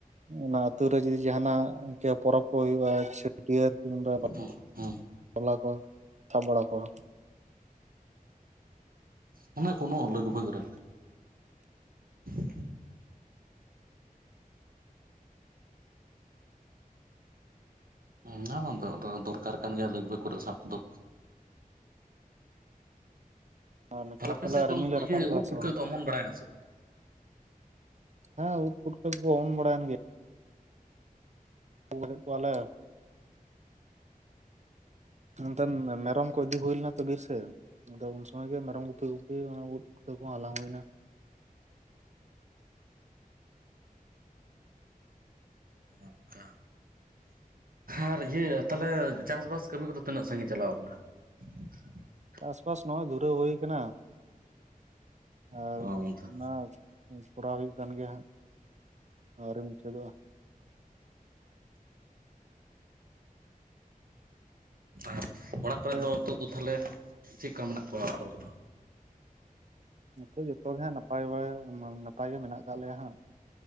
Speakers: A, on the right; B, on the right.
A: ᱚᱱᱟ ᱟᱹᱛᱩ ᱨᱮ ᱡᱩᱫᱤ ᱡᱟᱦᱟᱱᱟᱜ ᱤᱱᱠᱟᱹ ᱯᱚᱨᱚᱵᱽ ᱠᱚ ᱦᱩᱭᱩᱜ-ᱟ ᱪᱷᱟᱹᱴᱭᱟᱹᱨ ᱠᱤᱢᱵᱟ
B: ᱦᱮᱸ ᱦᱮᱸ
A: ᱴᱚᱞᱟ ᱠᱚ ᱥᱟᱵ ᱵᱟᱲᱟ ᱠᱚᱣᱟ
B: ᱚᱸ ᱚᱱᱮ ᱠᱳᱱᱳ ᱩᱞᱞᱟᱜᱽ ᱵᱷᱟᱜᱽ ᱨᱮ <unintelligible> ᱦᱮᱸ ᱚᱱᱟ ᱦᱚᱸ ᱫᱚ ᱫᱚᱨᱠᱟᱨ ᱠᱟᱱ ᱜᱮᱭᱟ ᱞᱟᱹᱜᱽ ᱵᱟᱹᱜᱽ ᱠᱚᱨᱮ ᱥᱟᱵ ᱠᱚᱫᱚ
A: ᱱᱤᱛᱚᱜ
B: ᱟᱨ ᱟᱯᱮ
A: ᱛᱟᱦᱚᱞᱮ
B: ᱥᱮᱫ ᱫᱚ
A: ᱨᱤᱢᱤᱞ ᱮ
B: ᱤᱭᱟᱹ
A: ᱨᱟᱠᱟᱵ ᱠᱟᱫᱟ
B: ᱳᱫ ᱯᱩᱴᱠᱟᱹ
A: ᱥᱮ ᱵᱟᱝ?
B: ᱫᱚ ᱚᱢᱚᱱ ᱵᱟᱲᱟᱭᱮᱱᱟ ᱥᱮ ᱵᱟᱝ?
A: ᱦᱮᱸ ᱩᱫ ᱯᱩᱴᱠᱟᱹ ᱠᱚ ᱚᱢᱚᱱ ᱵᱟᱲᱟᱭᱮᱱ ᱜᱮᱭᱟ ᱯᱩᱱ ᱵᱷᱟᱜᱮᱫ ᱠᱚᱣᱟᱞᱮ ᱾ ᱱᱚᱛᱮᱱ ᱢᱮᱨᱚᱢ ᱠᱚ ᱤᱫᱤ ᱦᱩᱭ ᱞᱮᱱᱟ ᱟᱛᱩ ᱵᱤᱨ ᱥᱮ ᱟᱫᱚ ᱩᱱ ᱥᱚᱢᱚᱭ ᱜᱮ ᱢᱮᱨᱚᱢ ᱜᱩᱯᱤ ᱜᱩᱯᱤ ᱚᱱᱟ ᱩᱫ ᱯᱩᱴᱠᱟᱹ ᱠᱚᱦᱚᱸ ᱦᱟᱞᱟᱝ ᱦᱩᱭᱱᱟ ᱾
B: ᱦᱚᱸ ᱚᱝᱠᱟ ᱟᱨ ᱤᱭᱟᱹ ᱛᱟᱦᱞᱮ ᱪᱟᱥᱵᱟᱥ ᱠᱟᱹᱢᱤ ᱠᱚᱫᱚ ᱛᱤᱱᱟᱹᱜ ᱥᱟᱺᱜᱤᱧ ᱪᱟᱞᱟᱣ ᱟᱠᱟᱱᱟ? <unintelligible>
A: ᱪᱟᱥᱵᱟᱥ ᱱᱚᱜᱚᱭ ᱫᱷᱩᱨᱟᱹᱣ ᱦᱩᱭ ᱟᱠᱟᱱᱟ ᱟᱨ
B: ᱚ ᱚᱱᱛᱮ
A: ᱚᱱᱟ ᱠᱚᱨᱟᱣ ᱦᱩᱭᱩᱜ ᱠᱟᱱ ᱜᱮᱭᱟ ᱦᱟᱸᱜ ᱟᱹᱣᱨᱤ ᱢᱩᱪᱟᱹᱫᱚᱜ-ᱟ ᱾
B: ᱟᱨ ᱚᱲᱟᱜ
A: ᱟᱯᱮ
B: ᱠᱚᱨᱮ ᱫᱚ ᱛᱳ ᱫᱚ ᱛᱟᱦᱞᱮ ᱪᱮᱫᱠᱟ ᱢᱮᱱᱟᱜ ᱠᱚᱣᱟ ᱚᱲᱟᱜ ᱦᱚᱲ ᱠᱚᱫᱚ?
A: ᱱᱚᱛᱮ ᱡᱚᱛᱚᱜ ᱜᱮ ᱦᱟᱸᱜ ᱱᱟᱯᱟᱭ ᱵᱟᱲᱟ ᱱᱟᱯᱟᱭ ᱜᱮ ᱢᱮᱱᱟᱜ ᱟᱠᱟᱫ ᱞᱮᱭᱟ ᱦᱟᱸᱜ